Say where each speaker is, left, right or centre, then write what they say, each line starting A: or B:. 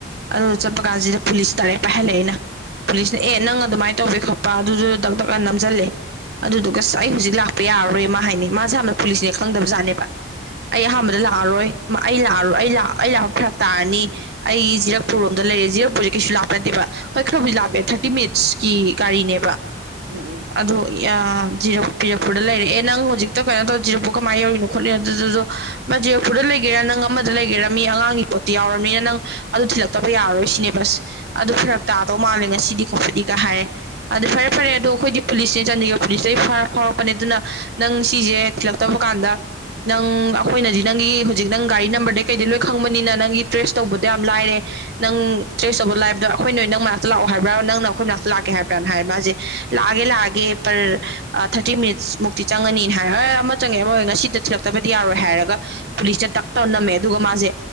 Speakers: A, on the right; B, on the right.
A: ꯑꯗꯨ ꯆꯠꯄ ꯀꯥꯟꯁꯤꯗ ꯄꯨꯂꯤꯁꯇ ꯗꯥꯏꯔꯦꯛ ꯄꯥꯏꯍꯜꯂꯛꯑꯏꯅ ꯄꯨꯂꯤꯁꯅ ꯑꯦ
B: ꯎꯝ ꯎꯝ
A: ꯅꯪ
B: ꯎꯝ ꯎꯝ
A: ꯑꯗꯨꯃꯥꯏꯅ ꯇꯧꯒꯦ ꯈꯣ ꯄꯥ ꯑꯗꯨꯗꯨ ꯇꯪ ꯇꯛꯅ ꯅꯝꯁꯤꯜꯂꯦ ꯑꯗꯨꯗꯨꯒ ꯑꯩ ꯍꯧꯖꯤꯛ ꯂꯥꯛꯄ ꯌꯥꯔꯔꯣꯏ ꯃꯥ ꯍꯥꯏꯅꯤ ꯃꯥꯁꯦ ꯌꯥꯝꯅ ꯄꯨꯂꯤꯁꯅꯦ ꯈꯪꯗꯕꯖꯥꯠꯅꯦꯕ ꯑꯩ ꯑꯍꯥꯟꯕꯗ ꯂꯥꯛꯑꯔꯣꯏ ꯑꯩ ꯂꯥꯛꯑꯔ ꯑꯩ ꯑꯩ ꯂꯥꯛꯄ ꯐꯔꯛ ꯇꯥꯔꯅꯤ ꯑꯩꯒꯤ ꯖꯤꯔꯛ ꯄꯨꯔꯛꯄ ꯔꯦ ꯖꯤꯔ ꯀ ꯂꯄ ꯅꯕ ꯍꯣꯏ ꯈꯔ ꯍꯧ
B: ꯎꯝ
A: ꯂꯄꯦ ꯊꯥꯔꯇꯤ ꯃꯤꯠꯁꯀꯤ ꯒꯥꯔꯤꯅꯦ
B: ꯎꯝ
A: ꯑꯗꯣ ꯖꯤꯔ ꯄꯤꯔꯛꯄꯨꯔꯗ ꯂꯩꯔꯛꯦ ꯅꯪ ꯍꯧꯖꯤꯛꯇ ꯀꯩꯅꯣ ꯇꯧꯔ ꯖꯤꯔꯛꯄꯨ ꯀꯃꯥꯏꯅ ꯌꯧꯔꯤꯅꯣ ꯈꯣꯠꯂꯤꯅꯣ ꯑꯗꯨꯗꯨꯗ ꯃꯥ ꯖꯔꯄꯨꯔꯗ ꯂꯩꯒꯦꯔꯥ ꯅꯪ ꯑꯃꯗ ꯂꯩꯒꯦꯔꯃꯤ ꯑꯉꯥꯡꯒꯤ ꯄꯣꯠꯇꯨ ꯌꯥꯎꯔꯝꯃꯤꯅ ꯅꯪ ꯑꯗꯨ ꯊꯤꯜꯂꯛꯇꯕ ꯌꯥꯔꯔꯣꯏ ꯁꯤꯅꯦ ꯕꯁ ꯑꯗꯨ
B: ꯎꯝ
A: ꯐꯔꯛ
B: ꯎꯝ
A: ꯇꯥꯗꯧ ꯃꯥꯜꯂꯦ ꯉꯁꯤꯗꯤ ꯈꯣꯠꯄꯗꯤꯒ ꯍꯥꯏꯔꯦ ꯑꯗꯨ ꯐꯔꯦ ꯐꯔꯦ
B: ꯎꯝ
A: ꯑꯗꯣ ꯑꯩꯈꯣꯏꯗꯤ ꯄꯨꯂꯤꯁꯅꯦ ꯆꯥꯟꯗꯤꯒꯔ ꯄꯨꯂꯤꯁꯇꯒꯤꯔ ꯐꯥꯎꯔꯛꯄꯅꯦ ꯑꯗꯨꯅ ꯅꯪ ꯁꯤꯁꯦ ꯊꯤꯜꯂꯛꯇꯕ ꯀꯥꯟꯗ ꯅꯪ ꯑꯩꯈꯣꯏꯅꯗꯤ ꯅꯪꯒꯤ ꯍꯧꯖꯤꯛ ꯅꯪ ꯒꯥꯔꯤ ꯅꯝꯕꯔꯗꯩ ꯀꯩꯗꯩ ꯂꯣꯏ ꯈꯪꯕꯅꯤꯅ ꯅꯪꯒꯤ ꯇ꯭ꯔꯦꯁ ꯇꯧꯕꯗꯣ ꯌꯥꯝ ꯂꯥꯏꯔꯦ ꯅꯪ ꯇ꯭ꯔꯦꯁ ꯇꯧꯕ ꯂꯥꯏꯐꯇꯣꯈꯣꯏ ꯅꯪ ꯃꯅꯥꯛꯇ ꯂꯥꯛꯑꯣ ꯍꯥꯏꯕ꯭ꯔꯥ ꯅꯪꯅ ꯑꯩꯈꯣꯏ ꯃꯅꯥꯛꯇ ꯂꯥꯛꯀꯦ ꯍꯥꯏꯕ꯭ꯔꯥ ꯍꯥꯏ ꯃꯥꯁꯦ ꯂꯥꯛꯑꯦ ꯂꯥꯛꯑꯒꯦ ꯄꯔ ꯊꯥꯔꯇꯤ ꯃꯤꯅꯤꯠꯁ ꯃꯨꯛꯇꯤ ꯆꯪꯉꯅꯤꯅ ꯍꯥꯏ ꯍꯣꯏ ꯆꯪꯉꯦ ꯑꯃꯔ ꯉꯁꯤꯗ ꯊꯤꯜꯂꯛꯇꯕꯗꯤ ꯌꯥꯔꯣꯏ ꯍꯥꯏꯔꯒ ꯄꯨꯂꯤꯁꯇ ꯇꯛ ꯇꯧ ꯅꯝꯃꯦ ꯑꯗꯨꯒ ꯃꯥꯁꯦ